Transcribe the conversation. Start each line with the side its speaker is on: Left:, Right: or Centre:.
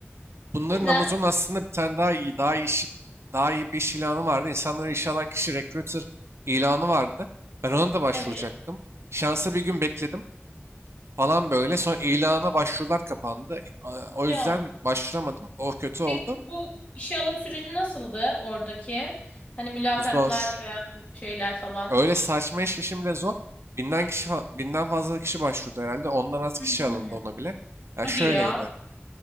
Right: Bunların
Left: neden?
Right: Amazon aslında bir tane daha iyi, daha iyi iş, daha iyi bir iş ilanı vardı. İnsanları işe alan kişi recruiter ilanı vardı. Ben ona da başvuracaktım.
Left: Evet.
Right: Şansa bir gün bekledim falan böyle. Sonra ilana başvurular kapandı. A- O
Left: Ya.
Right: yüzden başvuramadım. O kötü oldu.
Left: Peki bu işe alım süreci nasıldı oradaki? Hani mülakatlar
Right: Bu zor.
Left: veya şeyler falan.
Right: Öyle saçma iş işim bile zor. Binden kişi, fa- binden fazla kişi başvurdu herhalde. Ondan az kişi
Left: Hmm.
Right: alındı ona bile. Ya
Left: Hadi
Right: şöyleydi.
Left: ya.